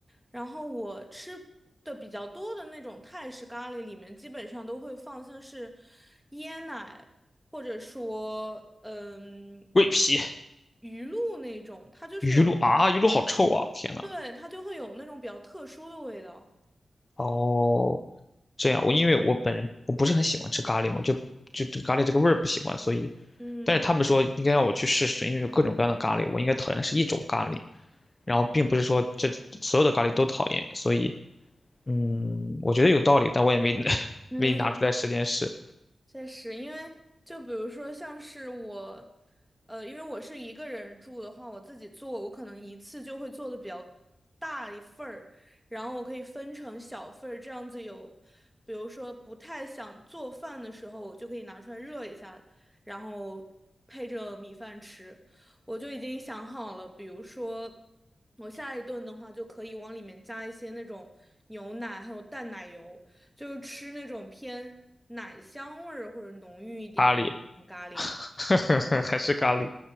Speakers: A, in the centre; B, on the left.
A: 然后我吃的比较多的那种泰式咖喱里面，基本上都会放像是椰奶，或者说嗯
B: 桂皮、
A: 鱼露那种，它就是有，
B: 鱼露啊，鱼露好臭啊！天呐。
A: 对，它就会有那种比较特殊的味道。
B: 哦，这样，我因为我本人我不是很喜欢吃咖喱嘛，就就对咖喱这个味儿不喜欢，所以
A: 嗯。
B: 但是他们说应该让我去试试，因为有各种各样的咖喱，我应该讨厌的是一种咖喱。然后并不是说这所有的咖喱都讨厌，所以嗯，我觉得有道理，但我也没 <laughs>
A: <laughs>
B: 没拿出来时间试。
A: 确实，因为就比如说像是我，呃，因为我是一个人住的话，我自己做，我可能一次就会做的比较大一份儿，然后我可以分成小份儿，这样子有，比如说不太想做饭的时候，我就可以拿出来热一下，然后配着米饭吃。我就已经想好了，比如说我下一顿的话，就可以往里面加一些那种牛奶，还有淡奶油，就是吃那种偏奶香味儿或者浓郁一点的那种咖喱。
B: 咖喱，<laughs> 还是咖喱，